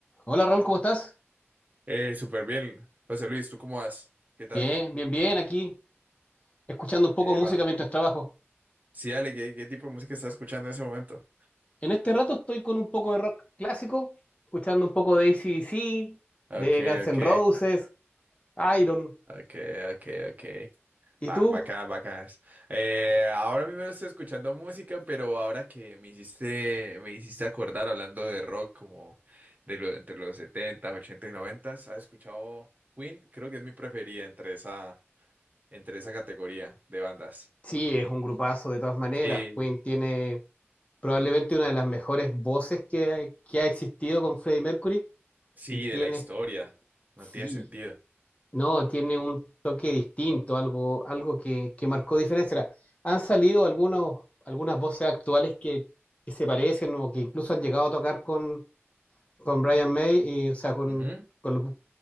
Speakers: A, on the left; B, on the right.
A: Hola Raúl, ¿cómo estás?
B: Eh, súper bien. José Luis, ¿tú cómo vas? ¿Qué tal?
A: Bien, bien, bien, aquí escuchando un poco
B: Eva.
A: de música mientras trabajo.
B: Sí, dale, ¿qué, qué tipo de música estás escuchando en ese momento?
A: En este rato estoy con un poco de rock clásico, escuchando un poco de AC/DC,
B: Ok,
A: de Guns
B: ok,
A: N' Roses, Iron.
B: ok, ok, ok.
A: ¿Y
B: Ba-
A: tú?
B: Bacanas, bacanas. Eh, ahora mismo no estoy escuchando música, pero ahora que me hiciste, me hiciste acordar hablando de rock como de lo, entre los 70s, y 90 ¿has escuchado Queen? Creo que es mi preferida entre esa, entre esa categoría de bandas.
A: Sí, es un grupazo de todas maneras.
B: Sí.
A: Queen tiene probablemente una de las mejores voces que, que ha existido con Freddie Mercury
B: Sí,
A: y tiene,
B: de la historia. No
A: sí,
B: tiene sentido.
A: No, tiene un toque distinto, algo, algo que, que marcó diferencia. Ahora, Han salido algunos, algunas voces actuales que, que se parecen o que incluso han llegado a tocar con, con Brian May, y, o sea, con,
B: Ujú.
A: con los,